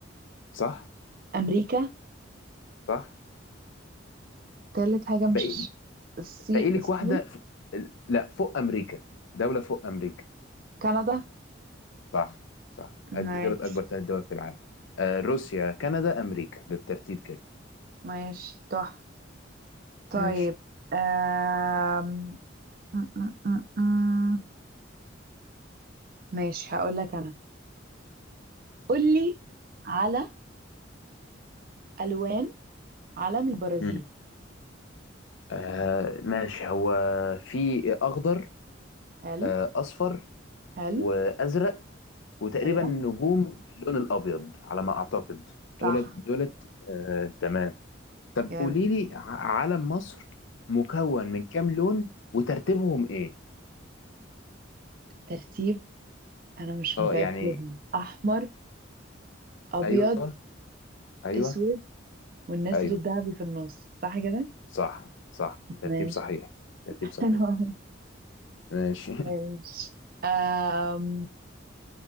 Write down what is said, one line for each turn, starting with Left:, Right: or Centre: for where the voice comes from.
Left: صح؟
Right: أمريكا
Left: صح؟
Right: ثالث حاجة مش
Left: باقي
Right: الصين
Left: باقي لك
Right: الصين
Left: واحدة ف... لا فوق أمريكا دولة فوق أمريكا
Right: كندا
Left: صح صح أدي
Right: ماشي
Left: دولة أكبر ثلاث دول في العالم آه، روسيا كندا أمريكا بالترتيب كده
Right: ماشي تحفة طيب
Left: ماشي
Right: آم... م- م- م- م. ماشي هقول لك انا قول لي على الوان علم البرازيل
Left: مم. آه، ماشي هو في أخضر
Right: حلو
Left: آه، أصفر
Right: حلو
Left: وأزرق وتقريبا
Right: ايوه
Left: نجوم باللون الأبيض على ما أعتقد
Right: صح
Left: دولت دولت آه، تمام طب
Right: جامد
Left: قولي لي ع- علم مصر مكون من كام لون وترتيبهم ايه
Right: ترتيب انا مش
Left: اه
Right: متأكدة
Left: يعني
Right: احمر ابيض
Left: ايوه ايوه
Right: اسود والنسر
Left: ايوه
Right: الذهبي في النص صح كده
Left: صح صح ترتيب
Right: ماشي
Left: صحيح ترتيب
Right: <laughs>
Left: صحيح ماشي <laughs>
Right: ماشي آم...